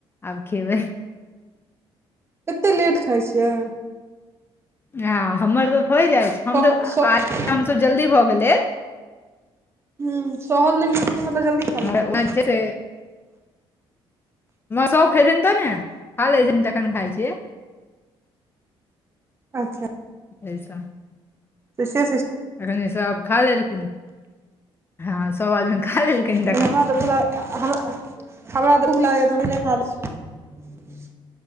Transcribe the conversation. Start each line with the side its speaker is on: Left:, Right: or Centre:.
Left: आब खेबै
Right: कतेक लेट खाइ छियै
Left: हं हमर तऽ होए जाइत छै हम
Right: सह
Left: तऽ
Right: सह
Left: आ हमस जल्दी भऽ गेले
Right: हं सोहल दिन कनी मतलब जल्दी खा लेल
Left: म
Right: करू
Left: से <inaudible> सब खेथिन तऽ ने खा लैथिन तखन खाइ छियै
Right: अच्छा
Left: जैसा
Right: शशा श
Left: अखनि सब खा लेलखिन हँ सब आदमी खा लेलखिन तखन
Right: धनवाद हमरा तऽ भूख लागै हम <unintelligible>